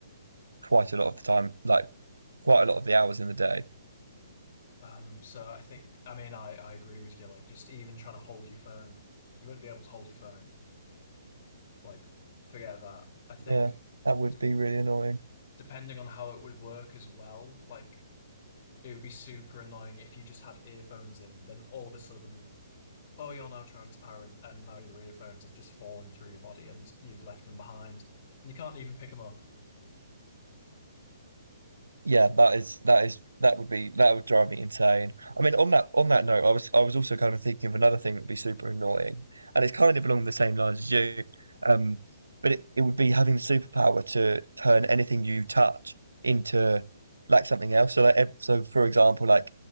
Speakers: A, on the right (about 85°); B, on the left (about 40°).
A: quite a lot of the time, like quite a lot of the hours in the day.
B: um, so I think, I mean, I, I agree with you. Like just even trying to hold your phone, you wouldn't be able to hold your phone. Like, forget that. I think
A: Yeah, that would
B: d
A: be really annoying.
B: depending on how it would work as well, like it would be super annoying if you just had earphones in, then all of a sudden oh, you're now transparent, and now your earphones have just fallen through your body and you've left them behind, and you can't even pick them up.
A: Yeah, that is that is that would be that would drive me insane. I mean, on that on that note, I was I was also kind of thinking of another thing that would be super annoying, and it's kind of along the same lines as you. Um, but it, it would be having the superpower to turn anything you touch into like something else. So like ev- so for example, like